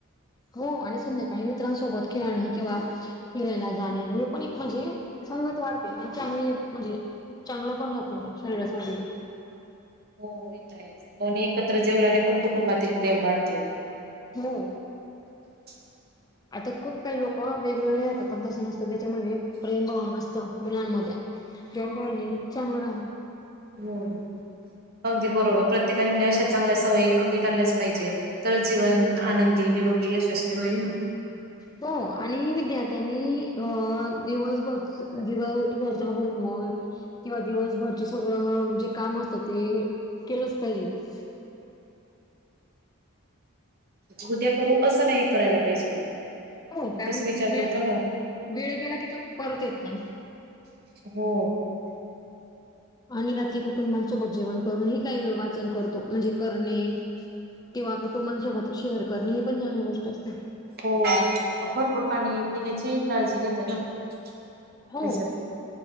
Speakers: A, on the left (about 15°); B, on the right (about 45°).
A: हो आणि संध्याकाळी मित्रांसोबत खेळणे किंवा फिरायला जाणे हे पण एक म्हणजे संगत वाढते आणि त्यांनी म्हणजे चांगलं पण होतो हो ते शरीरासाठी.
B: हो येता आहेच दोन्ही एकत्र जेवल्याने पण कुटुंबातील प्रेम वाढते.
A: हो.
B: <unintelligible>
A: आता खूप काही लोकं वेगवेगळे राहतात पण तसं नसतं ज्याच्यामध्ये प्रेमभाव नसतं मुलांमध्या. जेवण बाडली चांगलं राहीन.
B: मंग अगदी बरोबर प्रत्येकाने म्हणजे अशा चांगल्या सवयी अंगीकारल्याच पाहिजे. तर जीवन आनंदी निरोगी यशस्वी होईल ना.
A: तो आणि विद्यार्थ्यांनी हा दिवसभर दिवसभरचा होमवर्क म किंवा दिवसभरची सगळं जे काम असतं ते केलंच पाहिजे.
B: उद्या करू असं नाही करायला पाहिजे.
A: हो कारण
B: तस विचार
A: वेळ
B: करतो ना
A: वेळ गेला की तो परत येत नाही.
B: हो.
A: आणि रात्री कुटुंबांसोबत जेवण करून ही काही वेळ वाचन करतो. म्हणजे करणे किंवा कुटुंबसोबत शेअर करणे हे पण चांगली गोष्ट असते.
B: हो भरपूर पाणी पिण्याचे काळजी घेते ना त्याच्यात.
A: हो